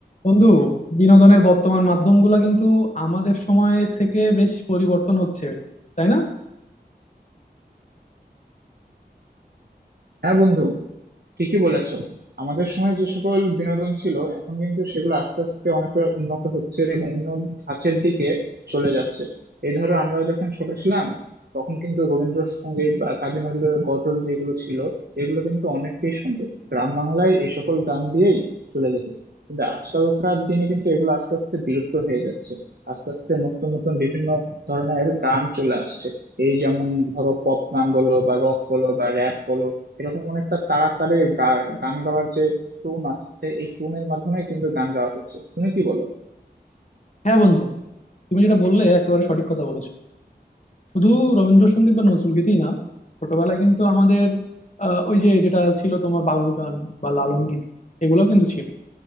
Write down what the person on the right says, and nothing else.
হ্যাঁ বন্ধু ঠিকই বলেছো আমাদের সময় যে সকল বিনোদন ছিল এখন কিন্তু সেগুলো আস্তে আস্তে অনেকটা উন্নত হচ্ছে এবং উন্নত ধাঁচের দিকে চলে যাচ্ছে এই ধরো আমরা যখন ছোট ছিলাম তখন কিন্তু রবীন্দ্রসঙ্গীত বা কাজী নজরুলের গজল যেগুলো ছিল এগুলো কিন্তু অনেকেই শুনতো গ্রাম বাংলায় এই সকল গান দিয়েই চলে যেত কিন্তু আজকালকার দিনে কিন্তু এগুলো আস্তে আস্তে বিলুপ্ত হয়ে যাচ্ছে আস্তে আস্তে নতুন নতুন বিভিন্ন ধরনের গান চলে আসছে এই যেমন ধরো পপ গান বলো বা রক বলো বা র্যাপ বলো এরকম অনেকটা তাড়াতাড়ি গা- গান গাওয়ার যে টোন আছে এই টোনের মাধ্যমে কিন্তু গান গাওয়া হচ্ছে তুমি কি বলো